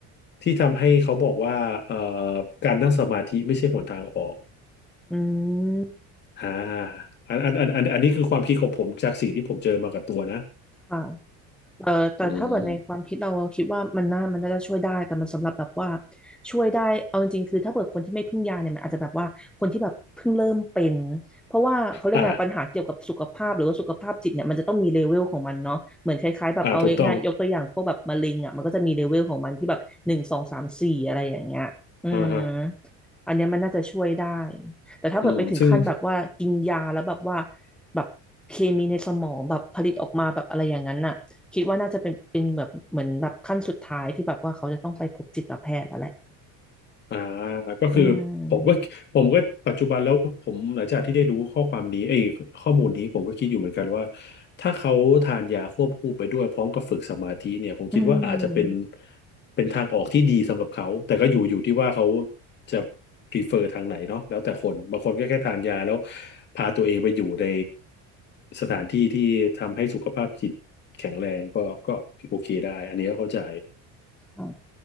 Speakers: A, on the left; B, in the centre.
A: ที่ทำให้เขาบอกว่าเอ่อการนั่งสมาธิไม่ใช่หนทางออก
B: อืม
A: อ่าอันอันอันอันอันนี้คือความคิดของผมจากสิ่งที่ผมเจอมากับตัวนะ
B: ค่ะ เอ่อแต่ถ้าเกิดในความคิดเราเราคิดว่ามันน่ามันน่าจะช่วยได้แต่มันสำหรับแบบว่า
A: อืม
B: ช่วยได้เอาจริงๆคือถ้าเกิดคนที่ไม่พึ่งยาเนี่ยมันอาจจะแบบว่าคนที่แบบเพิ่งเริ่มเป็นเพราะว่าเขาเรียกไงปัญหาเกี่ยวกับสุขภาพหรือว่าสุขภาพจิตเนี่ยมันจะต้องมีเลเวลของมันเนาะเหมือนคล้ายๆแบบเอาง่ายๆยกตัวอย่างพวกแบบมะเร็งอ่ะมันก็จะมีเลเวลของมันที่แบบหนึ่งสองสามสี่อะไรอย่างเงี้ยอืม
A: อ่าอ่าถูกต้องอ่าฮะ
B: อันเนี้ยมันน่าจะช่วยได้แต่ถ้าเกิดไปถึงขั้นแบบว่ากินยาแล้วแบบว่า
A: อืมซึ่ง
B: แบบเคมีในสมองแบบผลิตออกมาแบบอะไรอย่างนั้นน่ะ คิดว่าน่าจะเป็นเป็นแบบเหมือนแบบขั้นสุดท้ายที่แบบว่าเขาจะต้องไปพบจิตแพทย์แล้วแหละ
A: อ่าก็คือผมก็ผมก็ปัจจุบันแล้วผมหลังจากที่ได้รู้ข้อความนี้ไอ้ยข้อมูลนี้ผมก็คิดอยู่เหมือนกันว่า
B: อืม
A: ถ้าเขาทานยาควบคู่ไปด้วยพร้อมกับฝึกสมาธิเนี่ยผมคิดว่าอาจจะเป็น
B: อืม
A: เป็นทางออกที่ดีสำหรับเขาแต่ก็อยู่อยู่ที่ว่าเขาจะ prefer ทางไหนเนาะแล้วแต่คนบางคนก็แค่ทานยาแล้วพาตัวเองไปอยู่ในสถานที่ที่ทำให้สุขภาพจิตแข็งแรงก็ก็โอเคได้อันนี้ก็เข้าใจ
B: ค่ะ